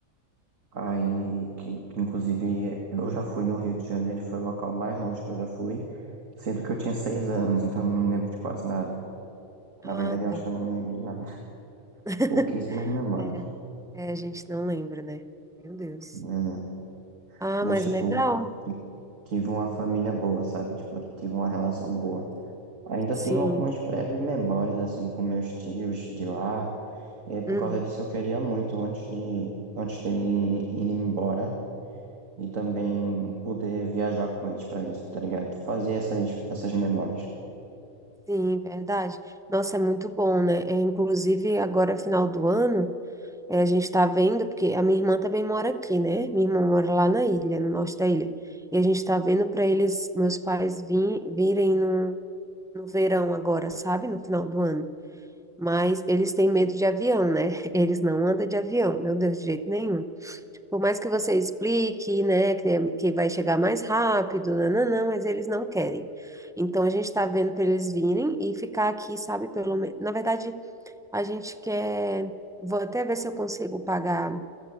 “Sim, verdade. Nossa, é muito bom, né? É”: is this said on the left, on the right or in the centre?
Centre